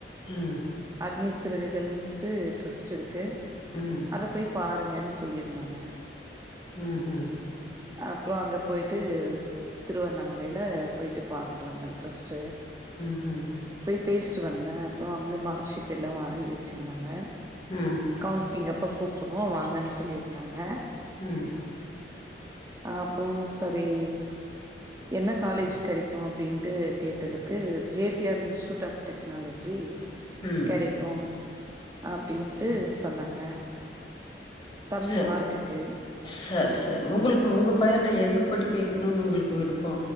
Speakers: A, on the left (about 30°); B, on the right (about 15°).
A: ம்
B: அக்னி சிறுகுகள்ன்ட்டு ட்ரஸ்ட் இருக்கு
A: ம்
B: அத போய் பாருங்கன்னு சொல்லிருந்தாங்க.
A: ம் ஹும்
B: அப்றோ அங்க போயிட்டு திருவண்ணாமலையில போயிட்டு பாத்து ட்டு வந்தோ ட்ரெஸ்ட்டு.
A: ம் ஹும்
B: பேசிட்டு வந்தே அப்றோ அங்க மார்க் ஷீட் எல்லா வாங்கி வச்சுருந்தாங்க.
A: ம் ம்
B: கவுன்சிலிங் அப் போ கூப்டுறோ வாங்கன்னு சொல்லிருந்தாங்க.
A: ம்
B: அப்றோ சரி என்ன காலேஜ் கெடைக்கு அப்டின்ட்டு கேட்டதுக்கு J P R institute of technology
A: ம்
B: கெடைக்கு அப்டின் ட்டு சொன்னாங்க தம்பி
A: சரி
B: மார்க்குக்கு.
A: சரி சரி உங்களுக்கு உங்க பையன எது படிக்க வைக்கணுன்னு உங்களுக்கு விருப்போ